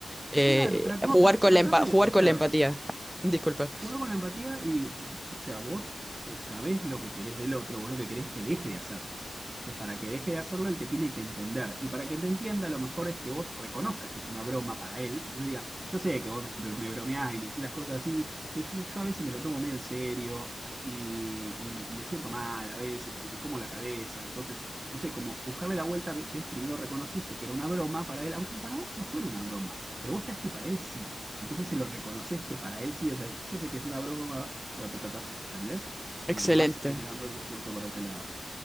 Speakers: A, in the centre; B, on the right.
A: Eh,
B: claro, tra-
A: jugar
B: no, tra-
A: con
B: tratar
A: la empa-
B: de,
A: jugar
B: o sea,
A: con la empatía. Disculpa.
B: Jugar con la empatía y, o sea, vos eh, sabés lo que querés del otro, vos lo que querés es que deje de hacerlo. Entonces, para que deje de hacerlo, él te tiene que entender. Y para que te entienda, lo mejor es que vos reconozcas que es una broma para él. Entonces diga, yo sé que vos me, me bromeás y me decís las cosas así, pero yo, yo a veces me lo tomo medio en serio y, y me siento mal a veces porque me como la cabeza. Entonces, no sé, como buscarle la vuelta, ves, primero reconociste que era una broma para él, aunque para vos no fuera una broma, pero vos sabés que para él sí. Entonces se lo reconoces que para él sí, o sea, yo sé que es una broma, pero ta, ta, ta, ¿entendés? Como
A: Excelente.
B: que vas generando el discurso por ese lado.